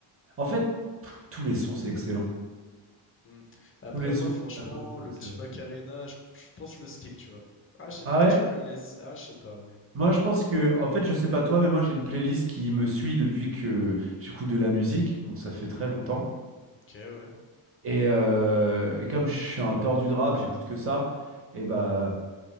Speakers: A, on the right; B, on the left.
A: En fait, pff, tous les sons, c'est excellent.
B: Mm. Après,
A: Tous les sons
B: moi, franchement,
A: de cet album sont
B: le
A: excellents.
B: petit Macarena, je, je pense que je le skip, tu vois. Ah, je sais,
A: Ah
B: peut-être
A: ouais?
B: je me le laisse. Ah, je sais pas, ouais.
A: Moi, je pense que, en fait, je sais pas toi, mais moi, j'ai une playlist qui me suit depuis que j'écoute de la musique, donc ça fait très longtemps.
B: Ok, ouais.
A: Et, euh, et comme je suis un tordu de rap, j'écoute que ça, et bah,